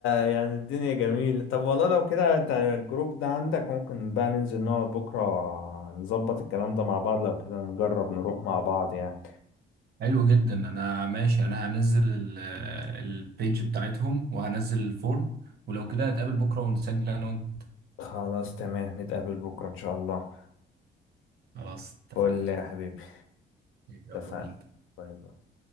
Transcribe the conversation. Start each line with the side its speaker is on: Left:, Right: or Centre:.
Left: يعني الدنيا جميله طب والله لو كده انت الجروب ده عندك ممكن بقى ننزل نقعد بكره نظبط الكلام ده مع بعض لو كده نجرب نروح مع بعض يعني
Right: حلو جدا انا ماشي انا هنزل ال- البيج بتاعتهم وهنزل الفورم ولو كده نتقابل بكرة ونسجل انا وانت
Left: خلاص تمام نتقابل بكره ان شاء الله
Right: خلاص اتفقنا
Left: قول لي يا حبيبي
Right: يلا
Left: اتفقنا
Right: بينا
Left: باي باي